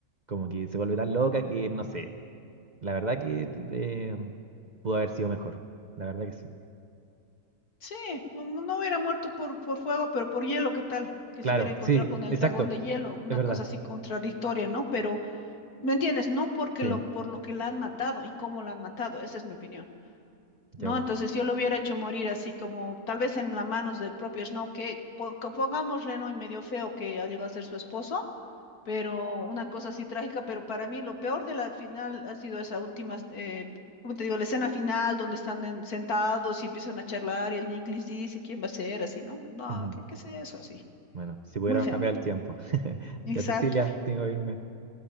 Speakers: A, on the right; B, on the left.
A: como que se vuelve tan loca que, no sé, la verdad que eh, pudo haber sido mejor, la verdad que sí.
B: Sí, no, no- no hubiera muerto por, por fuego, pero por hielo, ¿qué tal? Que
A: Claro,
B: se hubiera encontrado
A: sí,
B: con el
A: exacto,
B: dragón de hielo, una
A: es verdad,
B: cosa así contradictoria, ¿no? Pero, ¿me entiendes? No porque
A: sí,
B: lo, por lo que la han matado y cómo la han matado, esa es mi opinión. ¿no?
A: ya,
B: Entonces yo lo hubiera hecho morir así como tal vez en las manos del propio Snow, que pon- que pongámosle, ¿no? Y medio feo que ha llegado a ser su esposo, pero una cosa así trágica, pero para mí lo peor de la final ha sido esa última, eh, como te digo, la escena final donde están en- sentados y empiezan a charlar y el Nick les dice quién va a ser, así, ¿no? No,
A: bueno.
B: ¿qué, qué es eso? Así.
A: Bueno, si pudiéramos
B: Muy feo.
A: cambiar el tiempo. <laughs>
B: Exacto.
A: Ya, Cecilia, tengo que irme.